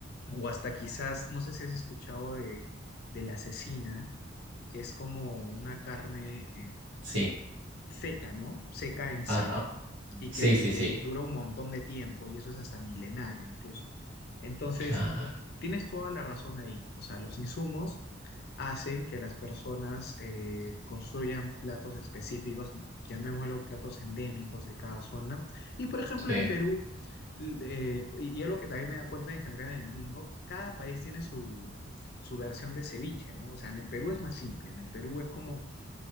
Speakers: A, on the left; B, on the right.
A: o hasta quizás, no sé si has escuchado de, de la cecina, que es como una carne, eh,
B: Sí,
A: seca, ¿no? Seca en sal
B: ajá.
A: y
B: Sí,
A: que, y
B: sí,
A: que
B: sí.
A: dura un montón de tiempo y eso es hasta milenario incluso. Entonces,
B: Claro,
A: tienes toda la razón ahí. O sea, los insumos hacen que las personas eh, construyan platos específicos, llamémoslo platos endémicos de cada zona. Y por ejemplo,
B: sí.
A: en Perú, l- eh, y y algo que también me da cuenta en general en el mundo, cada país tiene su, su versión de ceviche, ¿no? O sea, en el Perú es más simple, en el Perú es como